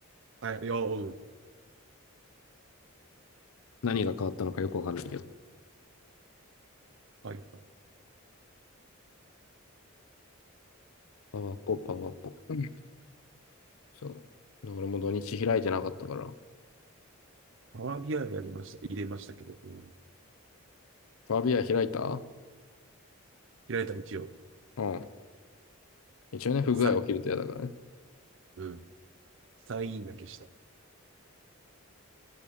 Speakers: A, on the right; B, on the left.
A: はい、いや、うん。
B: 何が変わったのかよくわかんないけど。
A: はい、はい。
B: パワポ、パワポ。うんそう。俺も土日開いてなかったから。
A: パワービアやりました。入れましたけど。うん。
B: ファビア開いた
A: 開いた一応。
B: うん。一応ね、不具合起きると嫌だからね。
A: サイン、うん。サインだけした。